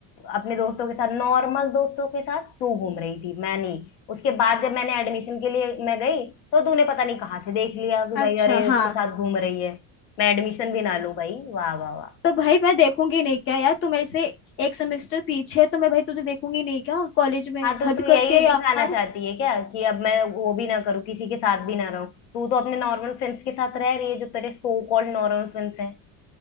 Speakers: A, on the left (about 75°); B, on the left (about 30°).
A: अपने दोस्तों के साथ नॉर्मल दोस्तों के साथ तू घूम रही थी मैं नहीं उसके बाद जब मैंने एडमिशन के लिए मैं गई तो तूने पता नहीं कहाँ से देख लिया कि
B: अच्छा
A: भाई अरे
B: हाँ
A: उसके साथ घूम रही है मैं एडमिशन भी ना लूं भाई वाह वाह वाह
B: तो भाई मैं देखूंगी नहीं क्या यार तू मेरे से एक सेमेस्टर पीछे है तो मैं भाई तुझे देखूंगी नहीं क्या कॉलेज में
A: हाँ तो
B: हद
A: तू
B: करती
A: यही
B: है यार
A: दिखाना चाहती है क्या कि अब मैं वो भी ना करूँ किसी के साथ भी ना रहूं तू तो अपने नॉर्मल फ्रेंड्स के साथ रह रही है जो तेरे सो कॉल्ड नॉर्मल फ्रेंड्स हैं